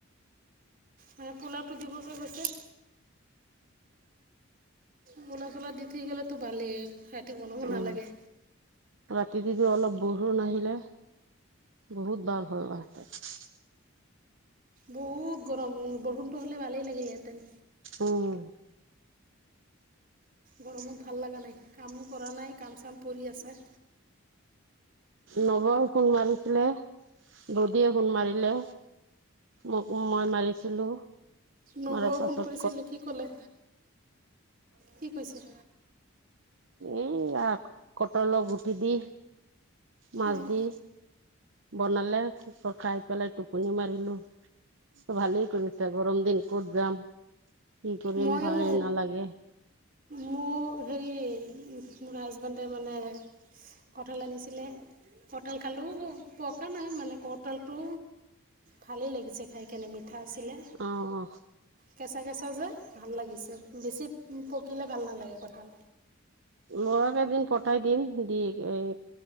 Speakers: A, on the right (about 40°); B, on the right (about 60°).
A: মানে পোলাটো দিৱ যে কৈছে। পোলাও-চোলাও দি থৈ গলেতো ভালেই, ৰাতি বনাব
B: উম,
A: নালাগে।
B: ৰাতি দি যে অলপ বৰষুণ আহিলে। বহুত ভাল হয় গাহতে।
A: বহুত গৰম, উম' বৰষুণটো হ'লে ভালেই লাগিলেহেঁতেন।
B: উম'।
A: গৰমত ভাল লাগা নাই কামো কৰা নাই, কাম-চাম পৰি আছে।
B: নৱই ফুনমাৰিছিলে ব দিয়ে ফোণ মাৰিলে, মোক মই মাৰিছিলো।
A: নবৌ
B: মাৰাৰ পাছত
A: ফোন কৰিছিলে, কি ক'লে? কি কৈছে?
B: এই কটলৰ গু দিদি, মাজদি।
A: অঁ
B: বনালে, খাই পেলাই টোপনি মাৰিলো। ভালে কৰিছা গৰম দিন ক'ত যাম। কি কৰিম
A: ময়ো
B: ভালে নালাগে।
A: মোৰ হেৰি মোৰ হাজবেণ্ডে মানে কঁঠাল আনিছিলে, কঁঠাল খালোও, পকা নাই মানে কঁঠালটো। ভালেই লাগিছে খাই কেনে মিঠা আছিলে,
B: অ',
A: কেঁচা-কেঁচা যে। ভাল লাগিছে, বেছি পকিলে ভাল নালাগে কঁঠাল।
B: লৰাক এদিন পঠাই দিম দি, দি এহ